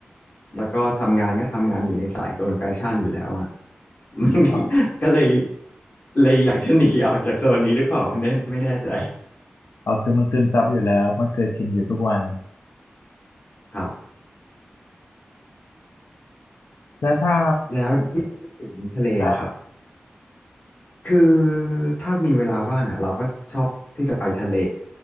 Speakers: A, on the left; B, on the left.
A: แล้วก็ทำงานก็ทำงานอยู่ในสายโซนแฟชั่นอยู่แล้วอะ <laughs>
B: อ๋อ
A: ก็เลยเลยอยากจะหนีออกจากโซนนี้หรือเปล่าไม่แน่ไม่แน่ใจ
B: อ๋อคือมันซึมซับอยู่แล้วมันเคยชินอยู่ทุกวัน
A: ครับ
B: แล้วถ้า
A: แล้วที่พูดถึงทะเลอะครับ
B: ครับ
A: คือถ้ามีเวลาว่างอ่ะเราก็ชอบที่จะไปทะเล